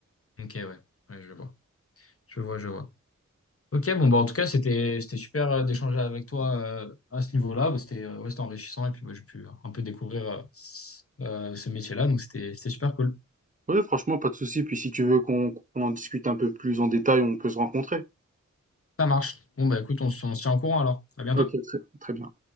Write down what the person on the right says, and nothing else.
Oui, franchement, pas de souci. Puis si tu veux qu'on qu'on en discute un peu plus en détail, on peut se rencontrer.
Ok, très, très bien.